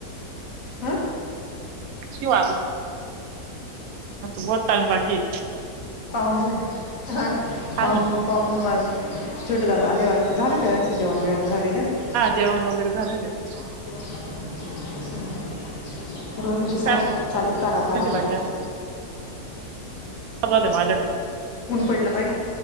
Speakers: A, on the left; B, on the right.
A: अ?
B: कीव <unintelligible> अबि बहोत टाईम बाकी है.
A: पाहून झालं, हां नां.
B: हा
A: पाऊन
B: ना
A: पाऊन नऊ वाजले, छोटे दादा आले वाटत, झालं कां त्यांचं जेवण बेवण झालेलंये?
B: जेवणं वगैरे झालंय त्याचं.
A: <unintelligible> <inaudible> रोनीची
B: तू
A: सासू
B: काय
A: कशी, चांली तरा,
B: म्हणते
A: तरा, तरा
B: बाकी आज <unintelligible> दे माझ्याकडे
A: ऊन पडलं पाहिल,